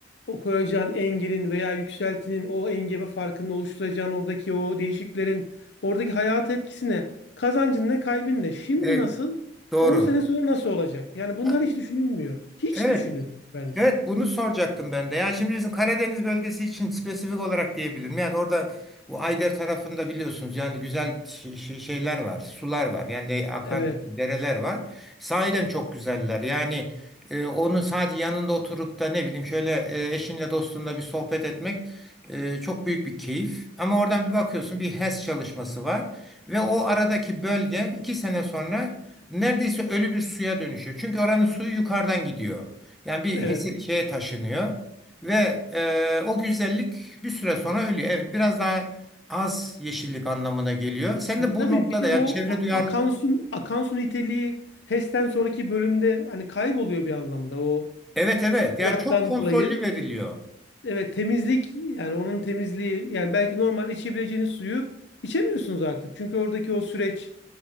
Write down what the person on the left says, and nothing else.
o koyacağın engelin veya yükseltinin, o engebe farkının oluşturacağın oradaki o değişiklerin, oradaki hayat etkisine, kazancın ne, kaybın ne? Şimdi
nasıl?
on sene sonra nasıl olacak? Yani bunlar
hiç düşünülmüyor. Hiç
düşünülmüyor bence.
Evet,
evet.
E,
tabii
bir de
o
a-
akan su, akan su niteliği HES'ten sonraki bölümde hani kayboluyor bir anlamda o
tutkuraktan
dolayı.
Evet temizlik yani onun temizliği yani belki normalde içebileceğiniz suyu içemiyorsunuz artık. Çünkü oradaki o süreç